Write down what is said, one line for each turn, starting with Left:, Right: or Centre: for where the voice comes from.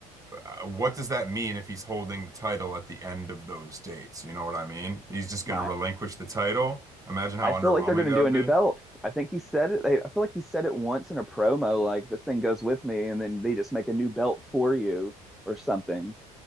Right: uh, What does that mean if he's holding the title at the end of those dates? You know what I mean? He's just going
Centre: My
Right: to relinquish the title. Imagine how
Centre: I
Right: underwhelming
Centre: feel like they're going to
Right: that
Centre: do
Right: would
Centre: a new
Right: be.
Centre: belt. I think he said it. They, I feel like he said it once in a promo, like this thing goes with me, and then they just make a new belt for you or something.